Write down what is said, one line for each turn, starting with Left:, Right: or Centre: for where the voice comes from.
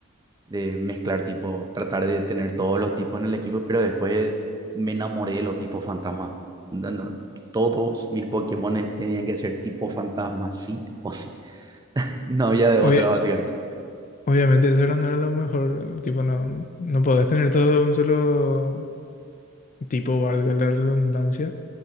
Right: de mezclar tipo, tratar de tener todos los tipos en el equipo, pero después me enamoré de los tipos fantasma. No, no, todos mis Pokémones tenían que ser tipo fantasma, sí o sí. No había de otra,
Left: Obvia-
Right: básicamente.
Left: obviamente eso era no era lo mejor, tipo no, no podés tener todo de un solo tipo, valga la redundancia.